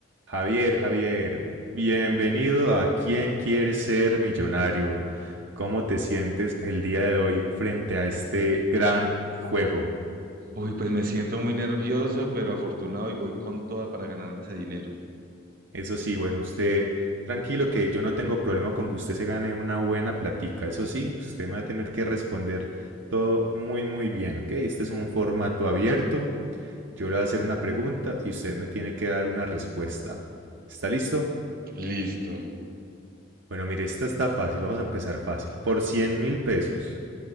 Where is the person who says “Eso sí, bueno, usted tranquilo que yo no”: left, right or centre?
Right